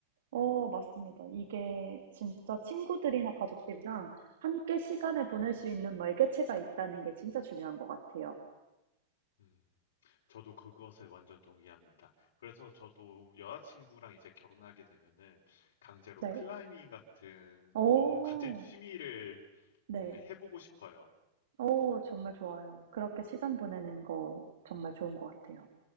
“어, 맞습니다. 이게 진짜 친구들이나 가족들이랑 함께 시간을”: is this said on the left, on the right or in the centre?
Right